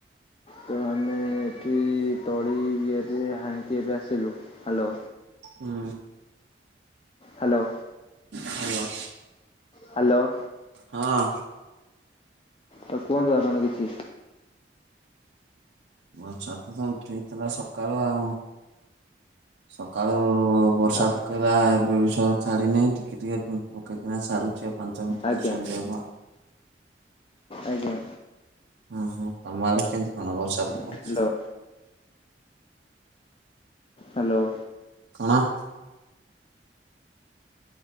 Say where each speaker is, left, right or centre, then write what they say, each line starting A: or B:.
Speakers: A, on the left; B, on the right.
A: ତ ଆମେ କି ତଳି କିଆରିରେ ହାଣିକି ଏବେ ଆସିଲୁ ହ୍ୟାଲୋ।
B: ହୁଁ
A: ହ୍ୟାଲୋ
B: ହ୍ୟାଲୋ
A: ହ୍ୟାଲୋ
B: ହଁ
A: ତ କୁହନ୍ତୁ ଆପଣ କିଛି
B: ବର୍ଷା ତ ତ ଉଠେଇଥିଲା ସକାଳୁ ଆଉ ସକାଳୁ ବର୍ଷା
A: ଆ-
B: ପକେଇଲା ଏବେ ବି ସ ଛାଡ଼ି ନାହିଁ ଟି କି ଟିକେ ପକାଇକିନା ଛାଡୁଛି ପାଞ୍ଚ ମିନିଟ୍
A: ଆଜ୍ଞା
B: ଦଶ ମିନିଟ୍ ହବ।
A: ଆଜ୍ଞା
B: ଉଁ ହୁଁ ତମ ଆଡେ କେମିତି କଣ ବର୍ଷା ପକୋଉଛି?
A: Hello hello.
B: କଣ?